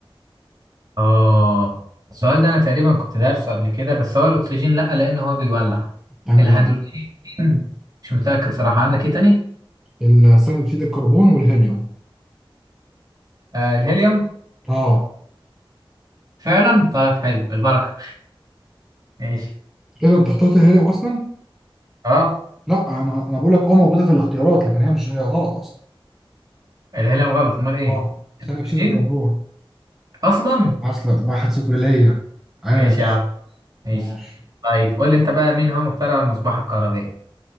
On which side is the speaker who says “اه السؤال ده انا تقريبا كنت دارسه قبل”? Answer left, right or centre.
Right